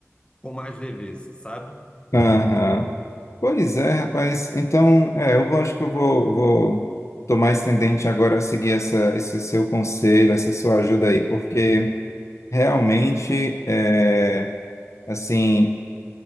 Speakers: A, on the left; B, on the left.
A: com mais leveza, sabe?
B: aham. Pois é, rapaz. Então, é, eu vou- acho que eu vou, vou tomar esse tendente agora a seguir essa, esse seu conselho, essa sua ajuda aí, porque. Realmente, é, assim,